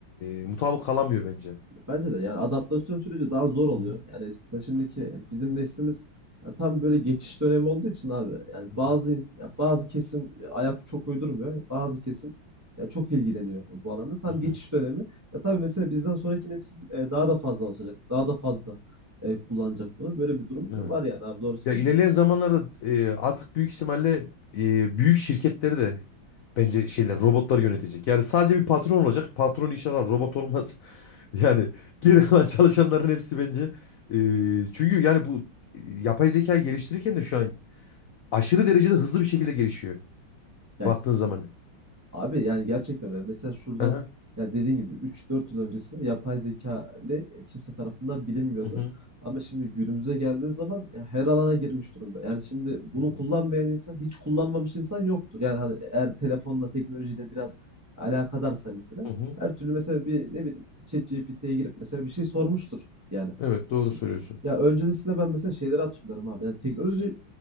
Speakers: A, on the left; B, on the right.
A: e, mutabık kalamıyor bence.
B: Bence de yani adaptasyon süreci daha zor oluyor.
A: Hı hı,
B: Yani eskisi şimdiki bizim neslimiz ya tam böyle geçiş dönemi olduğu için abi yani
A: hı
B: bazı
A: hı,
B: ins- ya bazı kesim ayak çok uydurmuyor. Bazı kesim ya çok ilgileniyor bu alanda. Tam
A: hı hı.
B: geçiş dönemi. Ya tabii mesela bizden sonraki nesil e, daha da fazla alışacak. Daha da fazla e, kullanacak bunu. Böyle bir durum
A: Evet.
B: var yani abi doğru söylüyorsun.
A: Ya ilerleyen zamanlarda e, artık büyük ihtimalle e, büyük şirketleri de bence şeyler robotlar yönetecek. Yani sadece bir patron olacak. Patron inşallah robot olmaz. <laughs> Yani geri kalan çalışanların hepsi bence. e, çünkü yani bu e, yapay zekayı geliştirirken de şu an aşırı derecede hızlı bir şekilde gelişiyor.
B: <laughs> Ya
A: Baktığın zaman.
B: Abi yani gerçekten öyle. Mesela şuradan
A: Aha,
B: ya dediğin gibi üç dört yıl öncesinde yapay zeka ne e, kimse tarafından bilinmiyordu.
A: Hı hı.
B: Ama şimdi günümüze geldiğin zaman ya her alana girmiş durumda. Yani şimdi bunu
A: Hı hı.
B: kullanmayan insan, hiç kullanmamış insan yoktur. Yani hani eğer telefonla, teknolojiyle biraz alakadarsa mesela
A: Hı hı.
B: her türlü mesela bir ne bileyim ChatGPT'ye girip mesela bir şey sormuştur yani.
A: evet doğru
B: Şi-
A: söylüyorsun.
B: Ya öncesinde ben mesela şeyleri hatırlıyorum abi. Yani teknoloji